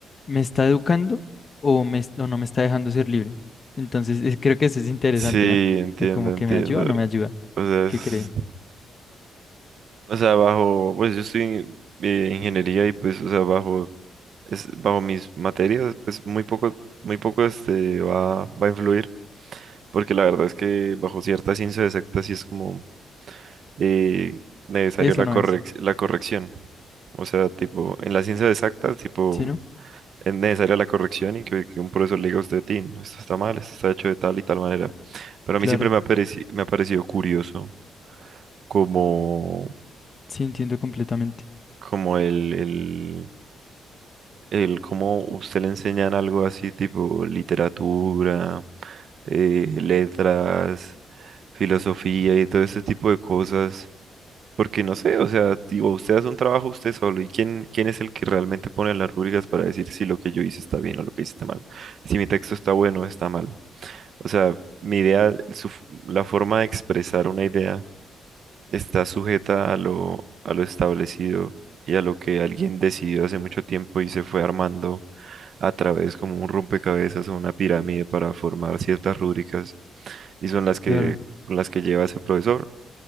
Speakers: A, on the left; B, on the right.
A: me está educando o, me, es- o no me está dejando ser libre. Entonces, eh, creo que eso es interesante,
B: Sí,
A: ¿no? O
B: entiendo,
A: sea, como
B: entiendo.
A: que me ayuda o no me ayuda.
B: O sea,
A: ¿Qué
B: es-
A: cree? Ujú.
B: o sea, bajo, pues yo estoy en eh, ingeniería y pues, o sea, bajo, es, bajo mis materias, pues muy poco, muy poco este va, va a influir, porque la verdad es que bajo cierta ciencia exacta sí es como eh, necesario
A: Eso
B: la
A: no
B: correc-
A: es.
B: la corrección. O sea, tipo, en las ciencias exactas, tipo,
A: ¿Sí, no?
B: es necesaria la corrección y que, que un profesor le diga a usted, Tin, esto está mal, esto está hecho de tal y tal manera. Pero a
A: Claro.
B: mí siempre me ha pareci- me ha parecido curioso. como,
A: Sí, entiendo completamente.
B: como el, el, el cómo usted le enseñan algo así tipo literatura, eh, letras, filosofía y todo ese tipo de cosas. Porque no sé, o sea, digo, usted hace un trabajo usted solo y quién, quién es el que realmente pone las rúbricas para decir si lo que yo hice está bien o lo que hice está mal, si mi texto está bueno o está mal. O sea, mi idea, su f- la forma de expresar una idea está sujeta a lo, a lo establecido y a lo que alguien decidió hace mucho tiempo y se fue armando a través como un rompecabezas o una pirámide para formar ciertas rúbricas y son las que,
A: Claro.
B: las que lleva ese profesor